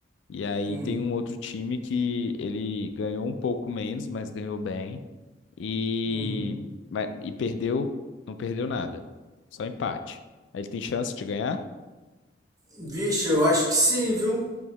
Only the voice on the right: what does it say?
hum,
uhum.
Vixe, eu acho que sim, viu?